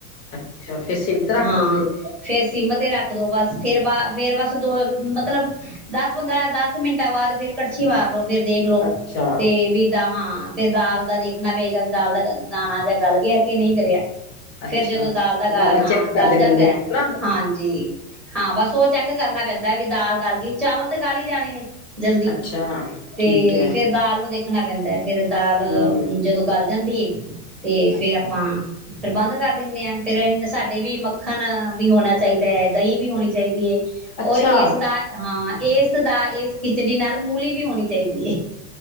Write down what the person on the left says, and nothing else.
ਅੱਛਾ ਫਿਰ ਸਿਮ ਤੇ ਰੱਖ
ਦਿੰਦੇ
ਅੱਛਾ
ਅੱਛਾ
ਬਾਬਾ
ਚੈੱਕ ਕਰਦੇ
ਰਹਿੰਦੇ ਹੋ ਨਾ
ਅੱਛਾ।
ਠੀਕ ਹੈ
ਹੂੰ
ਅੱਛਾ
ਅੱਛਾ